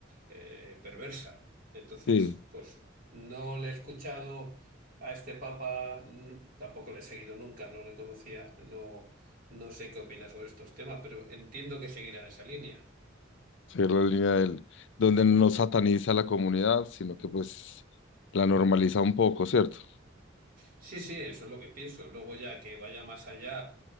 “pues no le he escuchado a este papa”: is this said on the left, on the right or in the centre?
Right